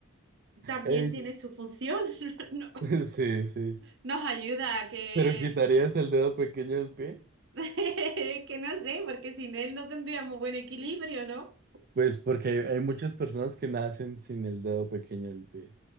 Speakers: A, on the right; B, on the right.
A: también
B: Ey,
A: tiene su función. <laughs> No-
B: <laughs> sí, sí.
A: nos ayuda a que,
B: ¿Pero quitarías el dedo pequeño del pie?
A: <laughs> que no sé, porque sin él no tendríamos buen equilibrio, ¿no?
B: Pues porque hay, hay muchas personas que nacen sin el dedo pequeño del pie.